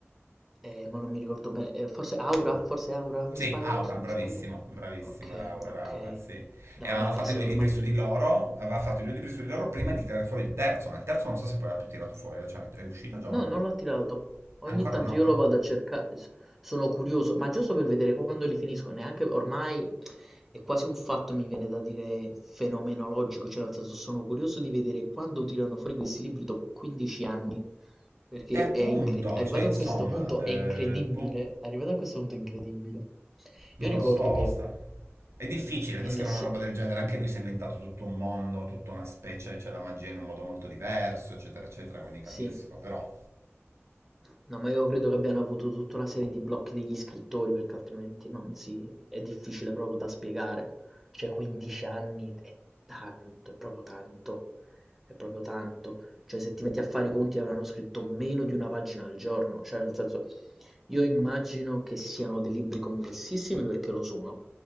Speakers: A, in the centre; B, on the right.
A: eh, ma non mi ricordo bene, eh, forse Aura,
B: Mm.
A: forse Aura,
B: Sì,
A: mi sbaglio,
B: Aura,
A: se non
B: bravissimo,
A: mi sbaglio.
B: bravissimo,
A: Ok,
B: era Aura,
A: ok.
B: era Aura, sì. E
A: No,
B: avevano
A: ma è passato
B: fatto i due libri
A: ormai
B: su di loro, aveva fatto i due libri su di loro prima di tirare fuori il terzo, ma il terzo non so se poi l'ha più tirato fuori, cioè è uscito già
A: No,
B: o no?
A: non l'ho tirato. Ogni
B: Ancora
A: tanto
B: no,
A: io
B: no?
A: lo vado a cercare, s- sono curioso, ma giusto per vedere quando li finisco, neanche ormai è quasi un fatto, mi viene da dire, fenomenologico, cioè nel senso sono curioso di vedere quando tirano fuori questi libri dopo 15 anni, perché
B: E appunto,
A: è incredibile, arrivato
B: cioè insomma,
A: a questo punto
B: eh,
A: è incredibile,
B: boh.
A: arrivato a questo punto è incredibile.
B: Non
A: Io ricordo
B: lo so, Osta.
A: che
B: È difficile
A: il...
B: da scrivere
A: se-
B: una roba del genere, anche lui si è inventato tutto un mondo, tutta una specie, c'è la magia in un modo molto diverso, eccetera, eccetera, quindi capisco,
A: Sì.
B: però
A: No, ma io credo che abbiano avuto tutta una serie di blocchi degli scrittori, perché altrimenti non si... è difficile proprio da spiegare. Cioè, 15 anni è tanto, è proprio tanto, è proprio tanto. Cioè, se ti metti a fare i conti avranno scritto meno di una pagina al giorno. Cioè, nel senso, io immagino che siano dei libri complessissimi perché lo sono,